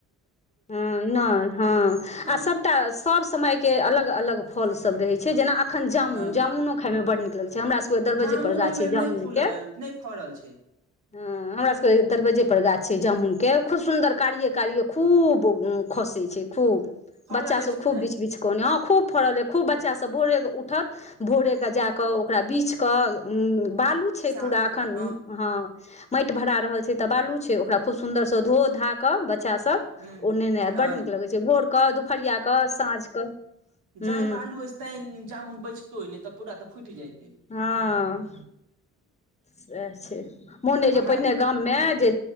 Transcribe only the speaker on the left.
हँ नहि हँ
आ सभटा आ सब समयकेँ अलग-अलग फल सब रहैत छै जेना अखन जामुन
जामुनो खायमे बड्ड नीक लगैय छै हमरा सभकेँ दरबज्जे
पर गाछ
छै
जामुनके
हँ हमरा सभकेँ दरबज्जे पर गाछ छै जामुनकेँ खूब सुन्दर कारिए कारिए खूब खसै छै खूब
बच्चा
सभ
खूब
बिछ-बिछ क अनैए हँ खूब फड़ल अइ खूब बच्चा सब भोरे कऽ उठत भोरे कऽ जाकऽ ओकरा बिछकऽ उँ बालू छै
पूरा
अखन हँ माटि भरा रहल छै तऽ बालू छै ओकरा खूब सुन्दरसँ धो-धा कऽ बच्चा सभ
ओ नेने आएत
बड्ड नीक लगै छै भोर कऽ दुपहरिया कऽ साँझ कऽ
हूँ
हँ सैह छै मोन अइ
जे पहिने गाममे जे